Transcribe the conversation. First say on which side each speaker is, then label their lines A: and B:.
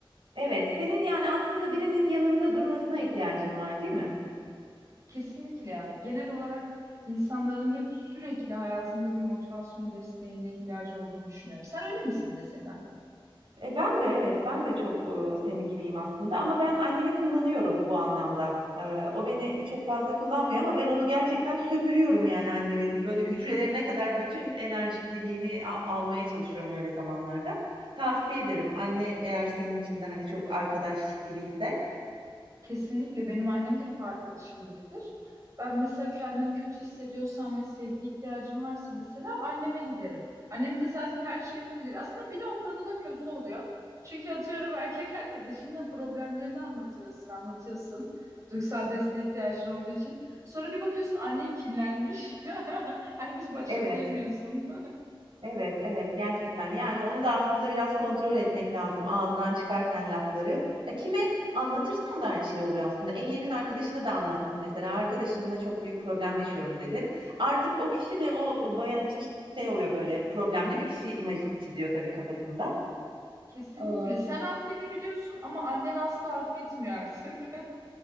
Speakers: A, on the right (about 60°); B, on the right (about 35°).
A: Evet, senin yani aslında birinin yanında durmasına ihtiyacın var, değil mi?
B: Kesinlikle ya. Genel olarak insanların hep sürekli hayatında bir motivasyon desteğine ihtiyacı olduğunu düşünüyorum. Sen öyle misin mesela?
A: E, ben de evet, ben de çok e, senin gibiyim aslında ama ben annemi kullanıyorum bu anlamda. E, o beni çok fazla kullanmıyor ama ben onu gerçekten sömürüyorum yani annemin böyle hücrelerine kadar bütün enerjikliliğini a- almaya çalışıyorum öyle zamanlarda. Tavsiye ederim anne eğer senin için de hani çok arkadaş gibi ise.
B: Kesinlikle benim annem de hep arkadaşım gibidir. Ben mesela kendimi kötü hissediyorsam ve sevgi ihtiyacım varsa mesela anneme giderim. Annem de zaten her şeyimi bilir. Aslında bir noktada da kötü oluyor. Çünkü atıyorum erkek arkadaşınla problemlerini anlatıyorsun, anlatıyorsun. Duygusal desteğe ihtiyacın olduğu için. Sonra bir bakıyorsun annen kirlenmiş. <laughs> Anne biz barıştık
A: Evet.
B: diyemiyorsun.
A: Evet, evet gerçekten. Yani onu da aslında biraz kontrol etmek lazım ağızdan çıkarken lafları. E, kime anlatırsan da aynı şey oluyor aslında. En yakın arkadaşına da anlattım mesela. Arkadaşınla çok büyük problem yaşıyorum dedin. Artık o kişi de o bayan için şey oluyor böyle problemli bir kişi imajı çiziyor tabii kafasında.
B: <laughs> Kesinlikle.
A: Ee,
B: Sen affedebiliyorsun ama annen asla affetmiyor artık.